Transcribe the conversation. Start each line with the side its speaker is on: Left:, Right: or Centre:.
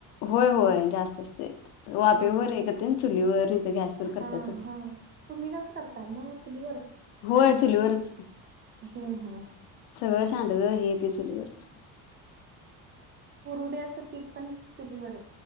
Left: होय होय जास्त असतेत वापेवर
Right: हम्म
Left: तेन चुलीवर गॅसवर
Right: हा
Left: करत्यात,
Right: हा तुम्ही कसं करताय मग चुलीवर
Left: होय चुलीवरच
Right: हम्म हम्म
Left: सगळं साडगं हे ते चुलीवरच.
Right: कुरुड्याचं पीठ पण चुलीवर